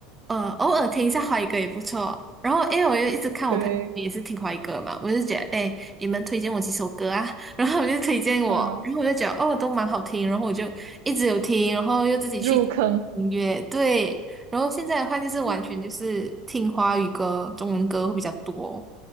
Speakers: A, on the right; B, on the right.
A: 呃，偶尔听一下华语歌也不错。然后因为我又一直看我朋友也是听华语歌嘛，
B: 对，
A: 我就觉得，哎，你们推荐我几首歌啊？<laughs> 然后我就推荐我，
B: 啊，
A: 然后我就觉得，哦，都蛮好听。然后我就一直有听，然后又自己去
B: 入坑，
A: 音乐，对。然后现在的话就是完全就是听华语歌、
B: 嗯，
A: 中文歌会比较多。